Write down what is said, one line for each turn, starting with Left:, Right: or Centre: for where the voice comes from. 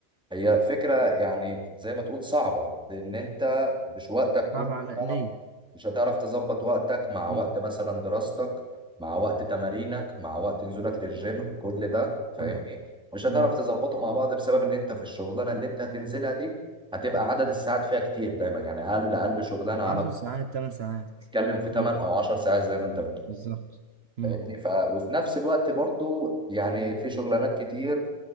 Centre: هي فكرة يعني زي ما تقول صعبة لأن أنت مش وقتك كله
Right: صعب على
Centre: هتعرف
Right: ليا
Centre: مش هتعرف تظبط وقتك مع وقت
Right: مم.
Centre: مثلا دراستك مع وقت تمارينك مع وقت نزولك للجيم كل ده فاهمني
Right: ف-
Centre: مش هتعرف
Right: مم.
Centre: تظبطه مع بعض بسبب إن أنت في الشغلانة اللي أنت هتنزلها دي هتبقى عدد الساعات فيها كتير دايما يعني أقل أقل شغلانة على
Right: عشر ساعات تمن ساعات
Centre: بتتكلم في
Right: مم.
Centre: 8 أو 10 ساعات زي ما أنت بتقول
Right: بالظبط مم.
Centre: فاهمني ف... وفي نفس الوقت برضو يعني في شغلانات كتير